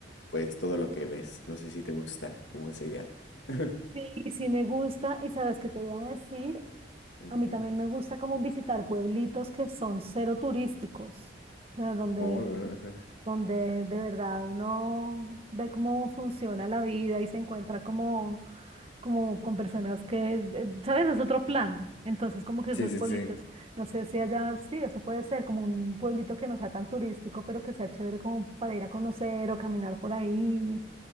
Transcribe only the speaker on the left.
pues todo lo que ves. No sé si te gusta como esa idea. <laughs>
Ujú.
Oh, bueno, ajá.
Sí, sí,
sí.